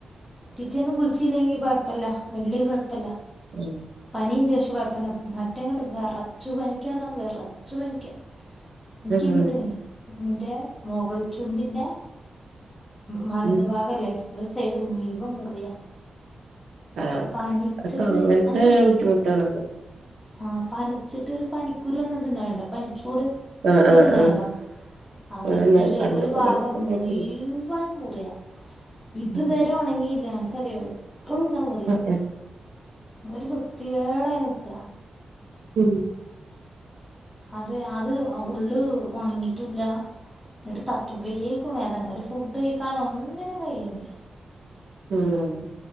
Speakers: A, in the centre; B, on the right.
A: പിറ്റേന്ന് കുളിച്ചില്ലെങ്കി കൊയ്പ്പ വല്ല്യരു കെഴ്പ്പല്ല
B: ഉം
A: നീണ്ട് പക്ഷെ കുഴപ്പല്ല മറ്റെങ്ങട്ട് വെറച്ച് പനിക്കാർഞ്ഞ വെറച്ച് പനിക്ക. ക്കിന്നട്ടെ
B: ഉം
A: ഇൻ്റെ മൊകൾ ചുണ്ടിൻ്റെ വലതു
B: ഉം
A: ഭാഗല്ലേ ഒരു സൈഡ് മുഴുവൻ മുറിയ
B: അതൊക്കെ
A: പനിച്ചിട്ട്
B: അങ്ങനത്തെ
A: അൻക്ക്
B: ബുദ്ധിമുട്ടുകളൊന്നും
A: ആഹ് പനിച്ചിട്ട് ഒരു പനിക്കുരു പർന ത്ണ്ടാവണ്ടോ പനിച്ചൂട്
B: ആഹ്
A: അൻക്ക്
B: ആഹ്
A: ഇണ്ടാവേണ്ടൊ
B: ആഹ്
A: അത്
B: ആഹ് ഞാൻ
A: ഒരു
B: കണ്ട്ക്ക്ണ്
A: ഒരു ഭാഗം
B: ഇൻക്ക്ണ്ടായിട്ടില്ല
A: മുയ്. വൻ മുറിയ ഇത്
B: ഉം
A: വരെ ഒണങ്ങീല്ല. അൻക്കറ്യാെ ഇപ്പളും ഉണ്ടാ മുറി.
B: <inaudible>
A: ഒരു വൃത്തികേടായി നിക്ക
B: ഉം
A: അത് അത് ഉള്ള് ഒണ്ങ്ങിട്ടൂല്ല ഇന്നട്ട് തട്ടും ബേക്കും വേദന ഒരു ഫുഡ് കഴിക്കാനൊ ഒന്നിനും കയ്യിണ്ല്ല.
B: ഉം